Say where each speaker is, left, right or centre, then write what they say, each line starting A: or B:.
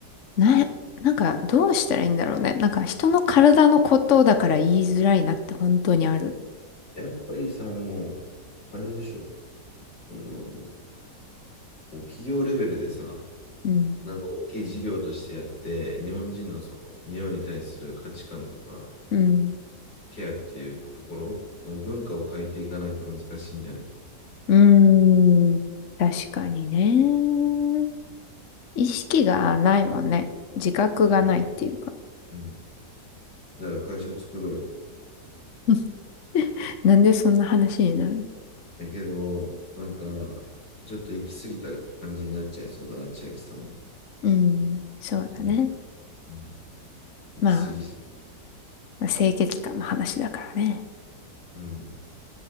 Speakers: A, on the left; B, on the left.
A: な、なんかどうしたらいいんだろうね。なんか人の体のことだから言いづらいなって本当にある。
B: やっぱりさ、もう、あれでしょ、あの、もう企業レベルでさ、
A: うん。
B: なんか大きい事業としてやって、日本人のその、匂いに対する価値観とか、
A: うん。
B: ケアっていうところ、もう文化を変えていかないと難しいんじゃない
A: うーん。確かにね。意識がないもんね。自覚がないっていうか。
B: うん。うん。だから会社作ろうよ。
A: <laughs> なんでそんな話になるの
B: だけど、なんか、ちょっと行き過ぎた感じになっちゃいそうだな、千秋さん。
A: うん。そうだね。
B: うん。うん行き過ぎそ
A: まあ、まあ清潔感の話だからね。
B: う。うん。